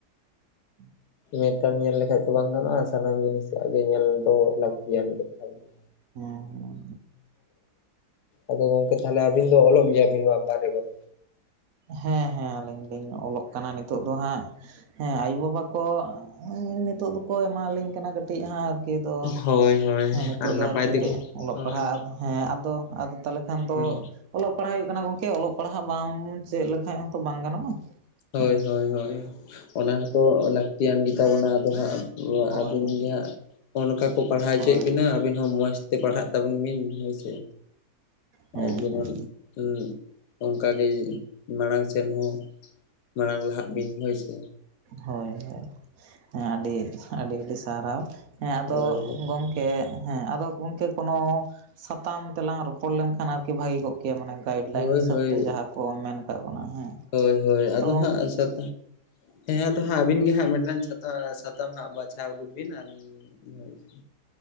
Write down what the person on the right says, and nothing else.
<inaudible>
ᱦᱚᱸ ᱦᱚᱸ
ᱦᱮᱸ ᱦᱮᱸ ᱟᱹᱞᱤᱧ ᱫᱩᱞᱤᱧ ᱚᱞᱚᱜ ᱠᱟᱱᱟ ᱱᱤᱛᱚᱜ ᱫᱚ ᱦᱟᱸᱜ ᱦᱮᱸ ᱟᱭᱳᱼᱵᱟᱵᱟ ᱠᱚ ᱱᱤᱛᱚᱜ ᱫᱚᱠᱚ ᱮᱢᱟᱞᱤᱧ ᱦᱧ ᱠᱟᱱᱟ ᱠᱟᱹᱴᱤᱡᱜ ᱟᱨᱠᱤ ᱫᱚ
ᱱᱤᱛᱚᱜ
ᱫᱚ
ᱟᱨᱠᱤᱴᱤᱡ
ᱚᱞᱚᱜ
ᱯᱟᱲᱦᱟᱜ ᱦᱮᱸ ᱟᱫᱚ ᱟᱫᱚ ᱛᱟᱦᱚᱞᱮ ᱠᱷᱟᱱ ᱫᱚ
ᱚᱞᱚᱜ ᱯᱟᱲᱦᱟᱜ ᱦᱩᱭᱩᱜ ᱠᱟᱱᱟ ᱜᱚᱢᱠᱮ ᱚᱞᱚᱜ ᱯᱟᱲᱦᱟᱜ ᱵᱟᱢ ᱪᱮᱫ ᱞᱮᱠᱷᱟᱡ ᱦᱚᱸᱛᱚ ᱵᱟᱝ ᱜᱟᱱᱚᱜᱼᱟ
ᱦᱮᱸ
ᱦᱳᱭ
ᱦᱳᱭ
ᱦᱳᱭ
ᱦᱮᱸ
ᱦᱮᱸ
ᱦᱳᱭ ᱦᱳᱭ ᱦᱮᱸ ᱟᱹᱰᱤ ᱟᱹᱰᱤ ᱟᱹᱰᱤ ᱥᱟᱨᱦᱟᱣ ᱦᱮᱸ ᱟᱫᱚ
ᱜᱚᱢᱠᱮ ᱮᱜ ᱦᱮᱸ ᱟᱫᱚ ᱜᱚᱝᱠᱮ ᱠᱚᱱᱚ ᱥᱟᱛᱟᱢ ᱛᱮᱞᱟᱝ ᱨᱚᱯᱼᱼ ᱨᱚᱯᱚᱲ ᱞᱮᱱᱠᱷᱟᱱ ᱟᱨᱠᱤ ᱵᱷᱟᱹᱜᱤ ᱠᱚᱜ ᱠᱮᱭᱟ ᱢᱟᱱᱮ ᱜᱟᱭᱤᱰ ᱞᱟᱭᱤᱱ
ᱦᱤᱥᱟᱹᱵ
ᱛᱮ ᱡᱟᱦᱟᱸ ᱠᱚ ᱢᱮᱱ ᱠᱟᱜ ᱵᱚᱱᱟ ᱦᱮᱸ
ᱛᱚ ᱜᱚᱝ